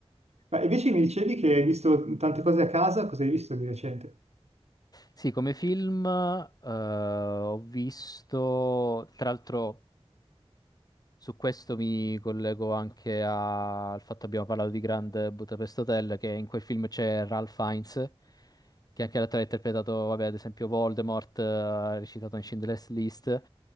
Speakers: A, on the right; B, on the left.
A: Ma invece mi dicevi che hai visto tante cose a casa, cosa hai visto di recente?
B: Sì, come film eh, ho visto, tra l'altro su questo mi collego anche a- al fatto che abbiamo parlato di Grand Budapest Hotel, che in quel film c'è Ralph Fiennes, che anche l'attore ha interpretato, vabbè, ad esempio Voldemort, eh, ha recitato in Schindler's List.